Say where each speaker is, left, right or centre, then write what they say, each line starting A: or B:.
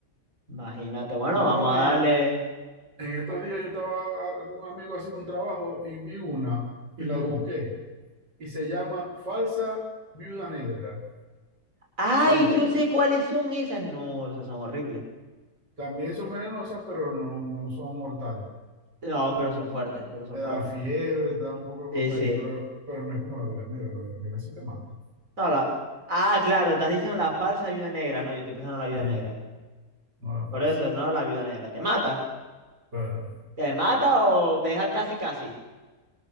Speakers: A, on the right; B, on the right.
A: Imagínate. Bueno,
B: No,
A: vamos a
B: y
A: darle.
B: en estos
A: Oh,
B: días yo estaba ah, con un amigo haciendo un trabajo y vi una y
A: ujú.
B: la busqué y se llama falsa viuda negra.
A: ¡Ay!
B: La busqué
A: Yo
B: y
A: sé cuáles son esas. No, esas son horribles.
B: también son venenosas, pero no, no son mortales.
A: No, pero son fuertes, pero son
B: te da
A: fuertes.
B: fiebre, te da un poco de
A: Sí,
B: cosas
A: sí.
B: ahí, pero, pero no es como la mira la mira sí te mata.
A: No, la... Ah, claro, estás diciendo la falsa viuda negra. No, yo estoy pensando en la viuda
B: Y
A: negra.
B: no la
A: Por
B: falsa.
A: eso, no, la viuda negra. ¿Te mata?
B: Claro.
A: ¿Te mata o te deja casi casi?